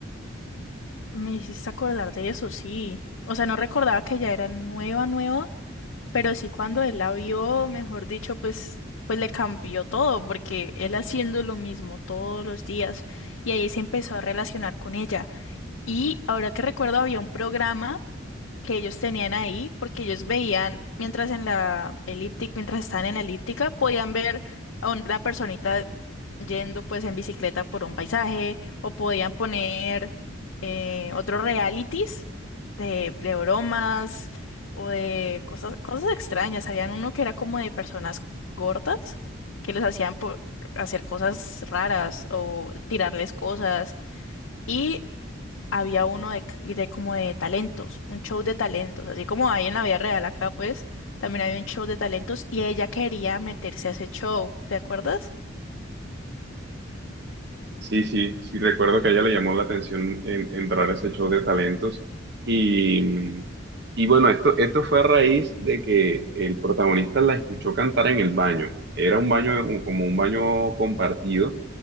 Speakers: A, on the left; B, on the right.
A: Me hiciste acordar de eso, sí. O sea, no recordaba que ya era nueva, nueva, pero sí cuando él la vio, mejor dicho, pues, pues le cambió todo, porque él haciendo lo mismo todos los días y ahí se empezó a relacionar con ella. Y ahora que recuerdo, había un programa que ellos tenían ahí, porque ellos veían, mientras en la elíptica, mientras estaban en la elíptica, podían ver a una personita yendo pues en bicicleta por un paisaje, o podían poner eh, otros realities de, de bromas o de cosas, cosas extrañas. Habían uno que era como de personas gordas que les hacían po- hacer cosas raras o tirarles cosas. Y había uno de, c- de como de talentos, un show de talentos, así como hay en la vida real acá, pues también había un show de talentos y ella quería meterse a ese show, ¿te acuerdas?
B: Sí, sí, sí, recuerdo que a ella le llamó la atención en- entrar a ese show de talentos. Y, y bueno, esto, esto fue a raíz de que el protagonista la escuchó cantar en el baño. Era un baño, un- como un baño compartido,